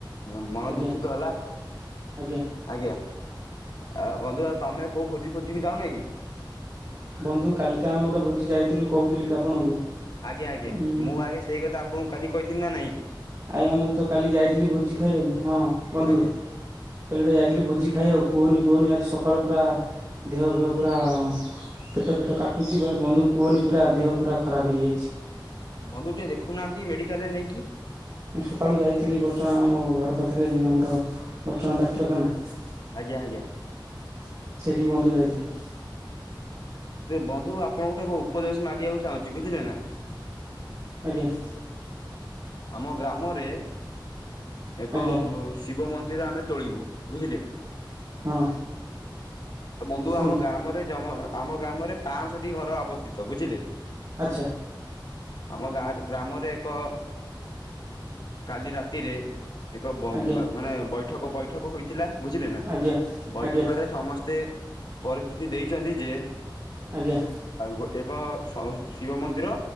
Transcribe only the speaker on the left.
ହ ମନ
ଦୁଃଖିତ ହେଲା
ଆଜ୍ଞା। ଆ ବନ୍ଧୁ ଆଉ ତମେ କୋଉ ଭୋଜି ଫୋଜି କୁ ଯାଉନ କି?
ଆଜ୍ଞା ଆଜ୍ଞା
ମୁଁ ଆଜ୍ଞା ସେଇ କଥା ଆପଣଙ୍କୁ କାଲି କହିଥିଲି, ନା ନାଇଁ?
ଆଜ୍ଞା
ବନ୍ଧୁ ଟେ ଦେଖୁନାହାନ୍ତି ମେଡିକାଲରେ ନେଇକି?
ଆଜ୍ଞା ଆଜ୍ଞା
ବନ୍ଧୁ ଆପଣଙ୍କଠୁ ଏକ ଉପଦେଶ ମାଗିବାକୁ ଚାହୁଁଛି ବୁଝିଲେ ନା?
ଆମ ଗ୍ରାମରେ ଏକ
ଶିବ ମନ୍ଦିର ଆମେ ତୋଳିବୁ ବୁଝିଲେ।
ତ ବନ୍ଧୁ
ଆମ ଗ୍ରାମରେ ଆମ ଗ୍ରାମରେ ପାଞ୍ଚଶଟି ଘର ଅବସ୍ଥିତ ବୁଝିଲେ।
ଆମ ଗାଁ ଗ୍ରାମରେ ଏକ କାଲି ରାତିରେ ଏକ
ମାନେ ବୈଠକ ବୈଠକ ହୋଇଥିଲା ବୁଝିଲେ ନା
ବୈଠକରେ
ସମସ୍ତ ପରିସ୍ଥିତି ଦେଇଛନ୍ତି, ଯେ
ଗୋଟେ କ ଶିବ ମନ୍ଦିର